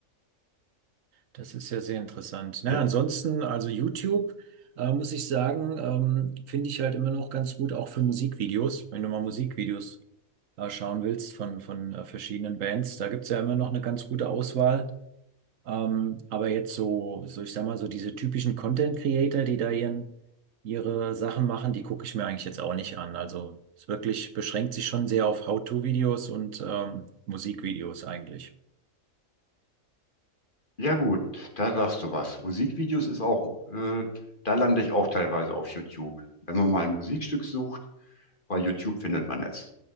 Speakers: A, on the right; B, on the left.
A: Das ist ja sehr interessant. Na,
B: ja,
A: ansonsten, also YouTube, äh, muss ich sagen, ähm, finde ich halt immer noch ganz gut, auch für Musikvideos. Wenn du mal Musikvideos äh, schauen willst von, von äh, verschiedenen Bands, da gibt's ja immer noch eine ganz gute Auswahl. Ähm, aber jetzt so, so, ich sag mal, so diese typischen Content Creator, die da ihren, ihre Sachen machen, die gucke ich mir eigentlich jetzt auch nicht an. Also es wirklich beschränkt sich schon sehr auf How-to-Videos und ähm, Musikvideos eigentlich.
B: ja gut, da sagst du was. Musikvideos ist auch, äh, da lande ich auch teilweise auf YouTube. Wenn man mal ein Musikstück sucht, bei YouTube findet man es